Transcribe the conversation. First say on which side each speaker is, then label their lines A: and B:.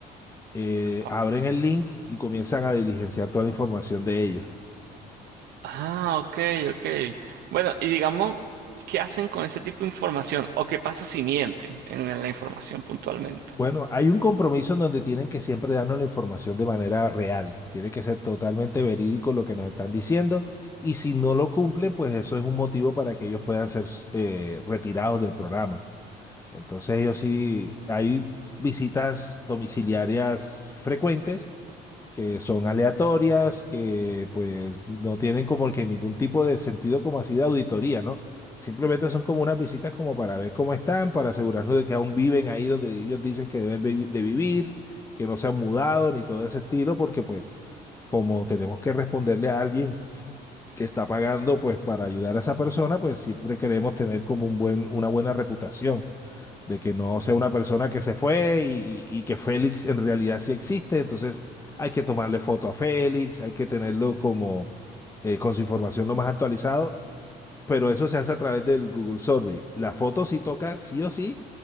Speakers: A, on the left; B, on the right.
A: eh,
B: O-
A: abren el link y comienzan a diligenciar toda la información de ellos.
B: Ah, ok, ok. Bueno, y digamos, ¿qué hacen con ese tipo de información? ¿O qué pasa si mienten en la la información puntualmente?
A: Bueno, hay un compromiso en donde tienen que siempre darnos la información de manera real. Tiene que ser totalmente verídico lo que nos están diciendo. Y si no lo cumplen, pues eso es un motivo para que ellos puedan ser eh, retirados del programa. Entonces, ellos sí, hay visitas domiciliarias frecuentes que son aleatorias, que pues no tienen como que ningún tipo de sentido como así de auditoría, ¿no? Simplemente son como unas visitas como para ver cómo están, para asegurarnos de que aún viven ahí donde ellos dicen que deben vi- de vivir, que no se han mudado ni todo ese estilo, porque pues como tenemos que responderle a alguien que está pagando pues para ayudar a esa persona, pues siempre queremos tener como un buen, una buena reputación de que no sea una persona que se fue y, y que Félix en realidad sí existe. Entonces hay que tomarle foto a Félix, hay que tenerlo como eh, con su información lo más actualizado, pero eso se hace a través del Google Survey. La foto sí toca, sí o sí,